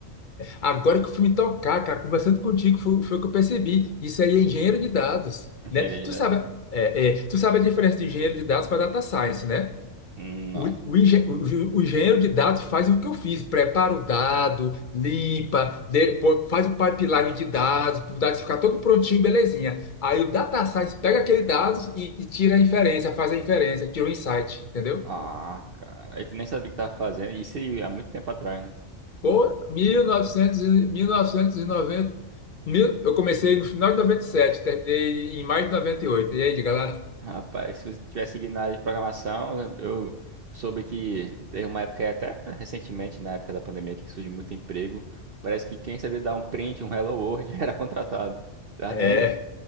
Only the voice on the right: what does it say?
Engenharia
de
dados.
Hum, Não.
Ah, cara. Aí tu nem sabia o que tava fazendo. Isso aí há muito tempo atrás, né?
Rapaz, se eu tivesse seguido na área de programação, eu eu soube que teve uma época, aí, até recentemente, na época da pandemia, que surgiu muito emprego. Parece que quem sabia dar um print, um Hello World, <laughs> era contratado. Tá
nem